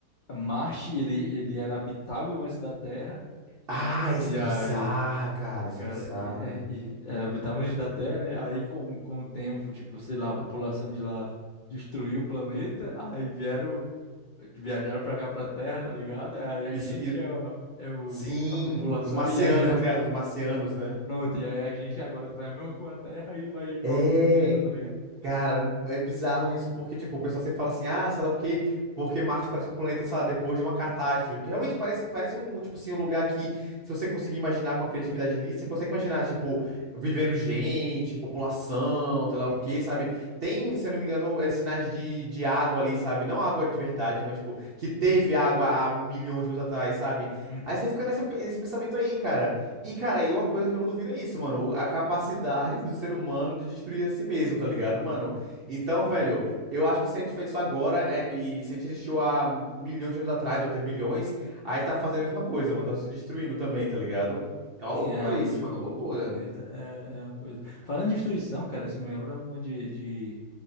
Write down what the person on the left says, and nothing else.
Marte ele, ele era habitável antes da Terra.
E
aí,
cara,
e, é- e, é, habitável antes da Terra, né? Aí com, com o tempo, tipo, sei lá, a população de lá destruiu o planeta, aí vieram, viajaram pra cá pra Terra, tá ligado? Aí a
gente é, o- é o,
a população
e a gente tá
Pronto, e aí a gente agora vai mesmo com a Terra e vai ir pra
outro planeta, tá ligado?
Uhum,
uhum,
é.
Sim,
é, realmente
o, o
o planeta é, é uma coisa. Falando em destruição, cara, isso me lembra uma de, de...